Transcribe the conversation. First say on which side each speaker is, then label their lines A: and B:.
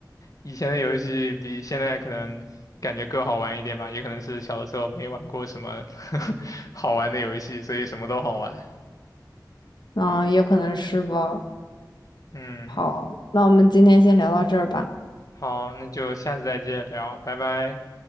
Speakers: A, on the left; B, on the left.
A: 以前的游戏比现在可能感觉更好玩一点吧，也可能是小的时候没玩过什么 <laughs> 好玩的游戏，所以什么都好玩。
B: 嗯，也可能是吧。
A: 嗯，
B: 好，那我们今天先聊到这儿吧，
A: 好，那就下次再见聊，拜拜。